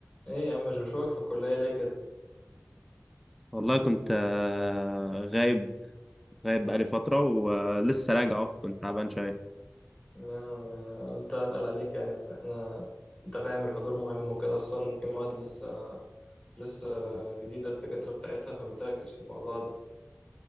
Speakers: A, on the left; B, in the centre.
A: ايه يا عم مش بشوفك في الكلية ليه كده؟
B: والله كنت آه، غايب غايب بقالي فترة ولسه
A: مم.
B: راجع أهو، كنت تعبان شوية
A: أنا قلت أسأل عليك يعني أصل احنا أنت فاهم الحضور مهم وكده خصوصا إن في مواد لسه لسه جديدة الدكاترة بتاعتها فبتركز في الموضوع ده